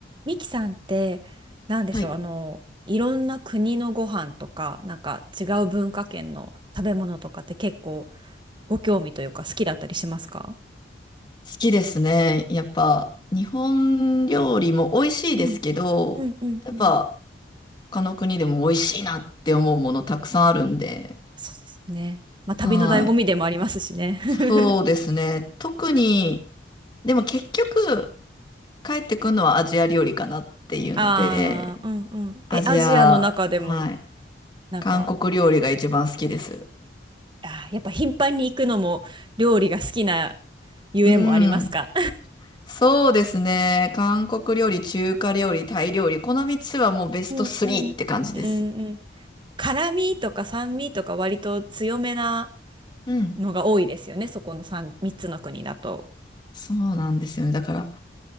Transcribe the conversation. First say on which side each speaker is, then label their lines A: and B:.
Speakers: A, on the right (about 25°); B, on the left (about 25°).
A: ミキさんって、なんでしょう、
B: はい、
A: あの、
B: 好
A: いろんな国のご飯とか、なんか違う文化圏の食べ物とかって結構ご興味というか好きだったりしますか
B: きですね。やっぱ、日本料理も美味しいですけど、
A: うん、うん、うん、
B: やっぱ、
A: うん。
B: 他の国でも美味しいなって思うものたくさんあるんで、
A: そうですね。まあ、旅の醍醐味でもありますしね。
B: はい。
A: <laughs>
B: そうですね。特に、でも結局、帰ってくるのはアジア料理かなっていうので、
A: ああ、うんうん。
B: アジア、
A: え、アジアの中でも、
B: はい。
A: なんか、
B: 韓国料理が一番好きです。
A: あー、やっぱ頻繁に行くのも料理が好きなゆえもありますか
B: うん。そうですね。韓国料理、中華料理、タイ料理、この3つはもうベスト3って感じです。
A: うんうん。うんうん。辛味とか酸味とか割と強めな
B: うん
A: のが多いですよね、そこの 3, 3つの国だと。
B: そうなんですよね。だから、